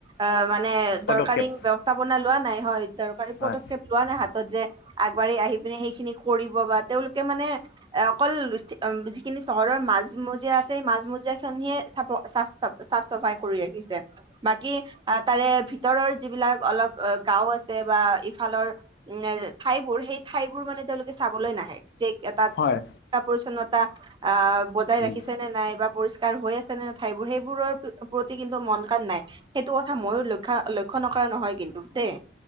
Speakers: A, on the right (about 25°); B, on the left (about 60°).
A: অ মানে
B: পদক্ষেপ
A: দৰকাৰী ব্যৱস্থাপনা লোৱা নাই হয় দৰকাৰী
B: হয়
A: পদক্ষেপ লোৱা নাই হাতত যে আগবাঢ়ি আহি পিনে সেইখিনি কৰিব বা তেওঁলোকে মানে এ অকল উম যিখিনি চহৰৰ মাজ-মজিয়া আছে স মাজ-মজিয়া খিনিয়ে চাফ - চাফ -চফাই কৰি ৰাখি বাকী তাৰে ভিতৰৰ যিবিলাক অলপ গাও আছে বা ইফালৰ নে, ঠাইবোৰ সেই ঠাইবোৰ মানে তেওঁলোকে চাবলৈ নাহে তাত
B: হয়
A: পৰিচ্ছন্নতা আহ বজাই
B: উম
A: ৰাখিছে নে নাই বা পৰিষ কাৰ হৈ আছে নে নে ঠাইবোৰ সেইবোৰৰ প্ৰতি কিন্তু মনকাণ নাই সেইটো কথা মইয়ো লক্ষ্যা -লক্ষ্য নকৰা নহয় কিন্তু দেই।